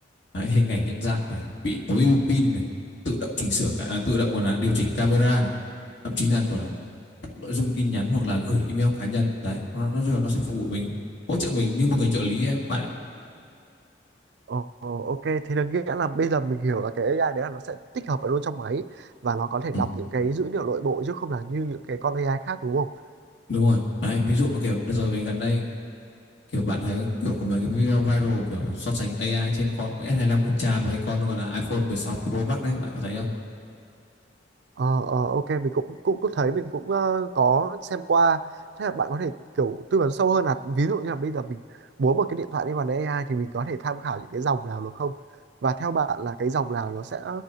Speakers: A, on the left; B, on the right.
A: Đấy, hình ảnh nhận dạng này bị tối ưu pin này tự động chỉnh sửa cả, à, tự động còn là điều chỉnh camera này thậm chí là còn là nội dung tin nhắn hoặc là gửi email cá nhân đấy nó nó, nó sẽ phục vụ mình hỗ trợ mình như một người trợ lý ấy, bạn ạ
B: Ồ, ok, thế là nghĩa là bây giờ mình hiểu là cái AI đấy là nó sẽ tích hợp vào luôn trong máy và nó có thể
A: ừ,
B: đọc những cái dữ liệu nội bộ chứ không là như những cái con AI khác đúng không?
A: đúng rồi đấy ví dụ kiểu đợt rồi gần đây kiểu bạn thấy kiểu của mấy cái video viral kiểu so sánh AI trên con s lăm Ultra với con còn là iPhone 16 Pro Max đấy bạn có thấy không
B: Ờ, ờ, ok, mình cũng cũng cũng thấy mình cũng ờ, có xem qua. Thế là bạn có thể kiểu tư vấn sâu hơn là ví dụ như là bây giờ mình muốn một cái điện thoại đi vào AI thì mình có thể tham khảo những cái dòng nào được không? Và theo bạn là cái dòng nào nó sẽ